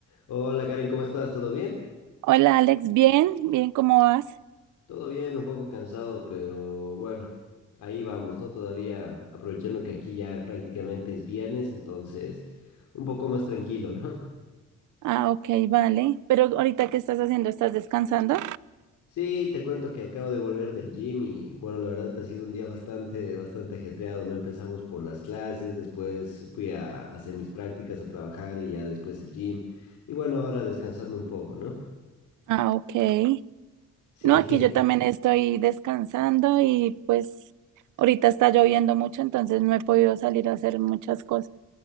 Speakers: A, on the left (about 75°); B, on the right (about 80°).
A: Hola Karen, ¿cómo estás? ¿Todo bien?
B: Hola Alex, bien, bien, ¿cómo vas?
A: Todo bien, un poco cansado, pero bueno, ahí vamos, ¿no? Todavía aprovechando que aquí ya prácticamente es viernes, entonces un poco más tranquilo, ¿no?
B: Ah, ok, vale. Pero ahorita, ¿qué estás haciendo? ¿Estás descansando?
A: Sí, te cuento que acabo de volver del gym y bueno, la verdad ha sido un día bastante, bastante ajetreado, ¿no? Empezamos por las clases, después fui a hacer mis prácticas, a trabajar y ya después el gym. Y bueno, ahora descansando un poco, ¿no?
B: Ah, ok.
A: Sí.
B: No,
A: <laughs>
B: aquí yo también estoy descansando y pues ahorita está lloviendo mucho, entonces no he podido salir a hacer muchas cosas.